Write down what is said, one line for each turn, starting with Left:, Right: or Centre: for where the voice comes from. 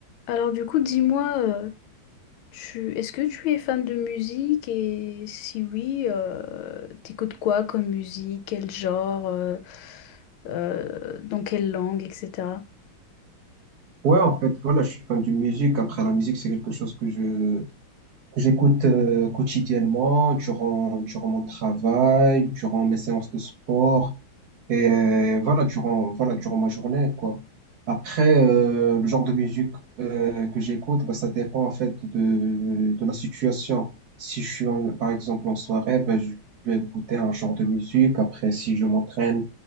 Left: Alors du coup, dis-moi, euh, tu est-ce que tu es fan de musique et si oui, euh, t'écoutes quoi comme musique, quel genre, euh, euh, dans quelle langue, etc.
Right: Ouais, en fait, voilà, je suis fan de musique. Après, la musique, c'est quelque chose que je que j'écoute euh, quotidiennement, durant durant mon travail, durant mes séances de sport, et euh, voilà, durant voilà durant ma journée, quoi. Après, euh, le genre de musique euh, que j'écoute, bah, ça dépend en fait de de la situation. Si je suis en- par exemple en soirée, ben je vais écouter un genre de musique. Après, si je m'entraîne,